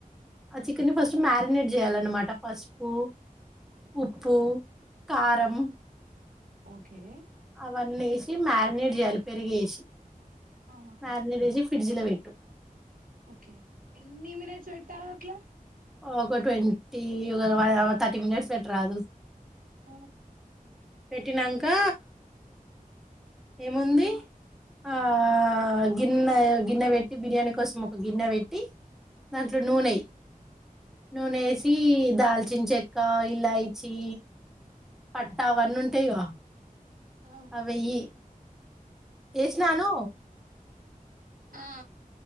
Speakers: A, in the centre; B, on the right.
A: ఆ చికెన్ ఫస్ట్ మ్యారినేట్ చేయాలన్నమాట పస్పు ఉప్పుూ కారంం
B: ఓకే
A: అవన్నీ ఎస్ మ్యారినేట్ జేయ్యాలి పెరిగేసి
B: ఆ
A: మ్యారినేట్ చేసి ఫ్రిడ్జ లో వెట్టు
B: ఓకే ఎన్ని మనిట్స్ పెట్టారు అట్లా
A: ఒక ట్వంటీ ఒక వన్ అవర్ థర్టీ మినిట్స్ పెట్ట రాదు
B: ఆ
A: పెట్టినంకా ఏముంది ఆ గిన్నె గిన్నె పెట్టి బిర్యానీ కోసం ఒక గిన్నె పెట్టి దాంట్లో నూనే నూనేసి దాల్చిన చెక్క ఇలాయిచి పట్టా వన్నంటయవా
B: ఆ
A: అవెయ్యి ఏసినాను
B: ఆ